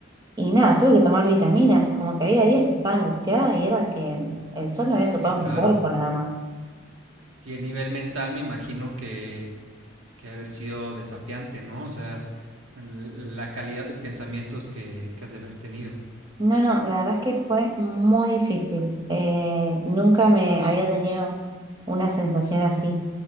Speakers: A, on the right; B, on the right.
A: Y nada, tuve que tomar vitaminas, como que había días que estaba angustiada y era que el sol no había
B: sí,
A: tocado
B: claro.
A: mi cuerpo nada más.
B: Y el nivel mental me imagino que, que ha haber sido desafiante, ¿no? O sea, l- la calidad de pensamientos que, que has de haber tenido.
A: No, no, la verdad es que fue muy difícil. Eh, nunca me había tenido una sensación así,